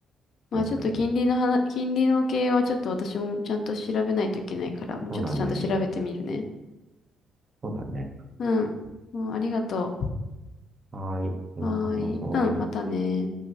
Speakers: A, on the left (about 65°); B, on the right (about 35°).
A: まあちょっと金利の話、
B: そうだね。
A: 金利の系はちょっと私もちゃんと調べないといけないから、もうちょっとちゃんと調べてみるね。
B: そうだね。そうだね。
A: うん。うん、ありがと
B: はーい。また話そう。
A: う。はーい。うん、またね。